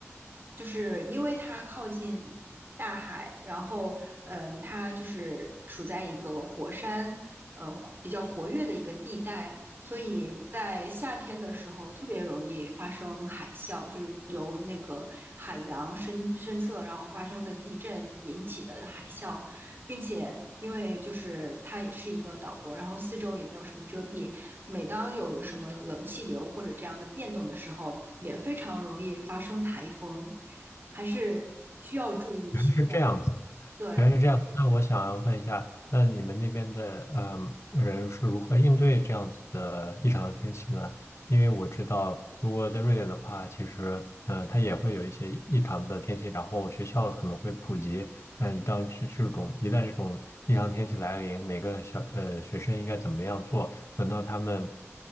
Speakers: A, on the right; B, on the left.
A: 就是因为它靠近大海，然后嗯、呃，它就是处在一个火山呃比较活跃的一个地带，所以在夏天的时候特别容易发生海啸，就是由那个海洋深深侧然后发生的地震引起的海啸，并且因为就是它也是一个岛国，然后四周也没有什么遮蔽，每当有什么冷气流或者这样的变动的时候，也非常容易发生台风。还是需要注意一些的。
B: 原来是这样子，
A: 对，
B: 原来是这样子。那我想要问一下，那你们那边的嗯人是如何应对这样子的异常的天气呢？因为我知道，如果在瑞典的话，其实呃它也会有一些异常的天气，然后学校可能会普及。那一旦这这种一旦这种异常天气来临，每个小呃学生应该怎么样做？等到他们